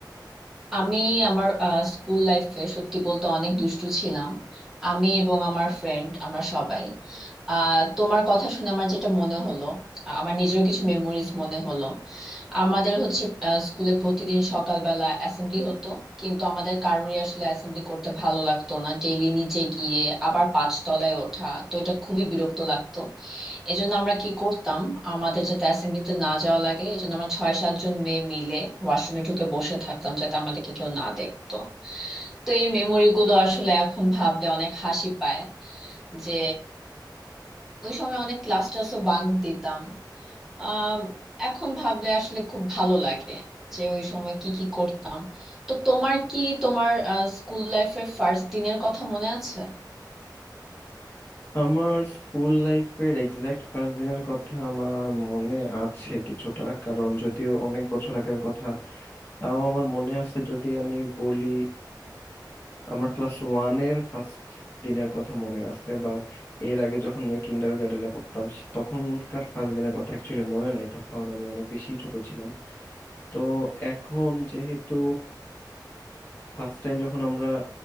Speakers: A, in the centre; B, on the left (about 30°).
A: আমি আমার স্কুল লাইফে সত্যি বলতে অনেক দুষ্টু ছিলাম আমি এবং আমার ফ্রেন্ড আমরা সবাই আহ, তোমার কথা শুনে আমার যেটা মনে হলো আ- আমার নিজেরও কিছু মেমোরিজ মনে হলো আমাদের হচ্ছে স্কুলে প্রতিদিন সকালবেলা অ্যাসেম্বলি হতো কিন্তু আমাদের কারোরই আসলে অ্যাসেম্বলি করতে ভালো লাগতো না ডেইলি নিচে গিয়ে আবার পাঁচ তলায় ওঠা তো এটা খুবই বিরক্ত লাগতো এই জন্য আমরা কি করতাম আমাদের যাতে অ্যাসেম্বলিতে না যাওয়া লাগে এই জন্য আমরা ছয় সাতজন মেয়ে মিলে ওয়াশরুমে ঢুকে বসে থাকতাম যাতে আমাদেরকে কেউ না দেখতো তো এই মেমোরি গুলো আসলে এখন ভাবলে অনেক হাসি পায় যে ওই সময় অনেক ক্লাস টাসও বাঙ্ক দিতাম আহ এখন ভাবলে আসলে খুব ভালো লাগে যে ওই সময় কি কি করতাম তো তোমার কি তোমার স্কুল লাইফের ফার্স্ট দিনের কথা মনে আছে
B: আমার স্কুল লাইফের এক্সাক্ট ফার্স্ট দিনের কথা আমার মনে আছে কিছুটা কারণ যদিও অনেক বছর আগের কথা তাও আমার মনে আছে যদি আমি বলি আমার ক্লাস ওয়ানের ফার্স্ট দিনের কথা মনে আছে বা এর আগে যখন আমি কিন্ডার গার্ডেনে পড়তাম স- তখনকার ফার্স্ট দিনের কথা অ্যাকচুয়ালি মনে নাই তখন আমি অনেক বেশি ছোট ছিলাম তো এখন যেহেতু ফার্স্ট টাইম যখন আমরা